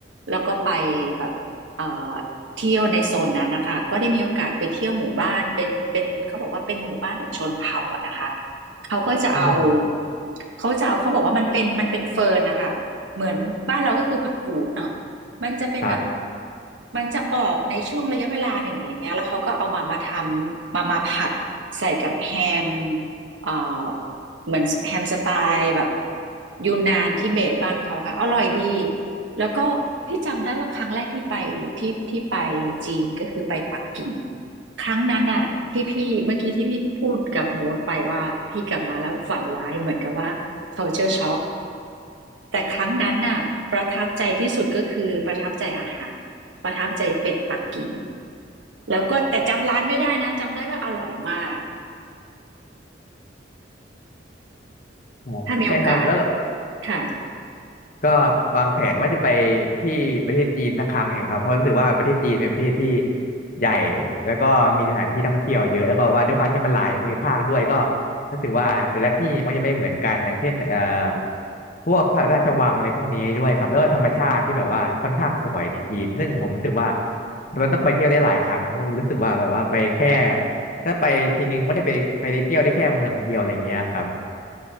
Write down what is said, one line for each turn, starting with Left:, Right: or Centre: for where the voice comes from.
Right: แล้วก็ไปแบบเอ่อเที่ยวในโซนนั้นนะคะก็ได้มีโอกาสไปเที่ยวหมู่บ้านเป็นเป็นเขาบอกว่าเป็นหมู่บ้านเหมือนชนเผ่าอะนะคะเขาก็จะเอา
Left: ครับผม
Right: เขาจะเอาเขาบอกว่ามันเป็นมันเป็นเฟิร์นนะคะเหมือนบ้านเราก็คือผักกูดเนาะ มันจะเป็นแบบ
Left: ครับ
Right: มันจะออกในช่วงระยะเวลาหนึ่งอะไรเงี้ยแล้วเขาก็เอามามาทำมามาผัดใส่กับแฮมเอ่อเหมือนแฮมสไตล์แบบยูนนานทิเบตบ้านเขาค่ะอร่อยดีแล้วก็ที่จำได้ว่าครั้งแรกที่ไปที่ที่ไปจีนก็คือไปปักกิ่งครั้งนั้นน่ะที่พี่เมื่อกี้ที่พี่พูดกับโบ๊ทไปว่าพี่กลับมาแล้วฝันร้ายเหมือนกับว่า culture shock แต่ครั้งนั้นน่ะประทับใจที่สุดก็คือประทับใจอาหารประทับใจเป็ดปักกิ่งแล้วก็แต่จำร้านไม่ได้นะจำได้ว่าอร่อยมาก
Left: อ๋อใช่ครับแล้ว
Right: ถ้ามีโอกาสค่ะ
Left: ก็วางแผนว่าจะไปที่ประเทศจีนสักครั้งอยู่ครับเพราะรู้สึกว่าประเทศจีนเป็นประเทศที่ใหญ่แล้วก็มีสถานที่ท่องเที่ยวเยอะแล้วก็ว่าด้วยความที่มันหลายภูมิภาคด้วยก็รู้สึกว่าแต่ละที่มันจะไม่เหมือนกันอย่างเช่นเอ่อพวกพระราชวังอะไรพวกนี้ด้วยครับแล้วก็ธรรมชาติที่แบบว่าค่อนข้างสวยในจีนซึ่งผมรู้สึกว่ามันต้องไปเที่ยวได้หลายครั้งเพราะรู้สึกว่าแบบว่าไปแค่ถ้าไปทีนึงไม่ได้ไปไปได้เที่ยวได้แค่เมืองเดียวอะไรอย่างเงี้ยครับ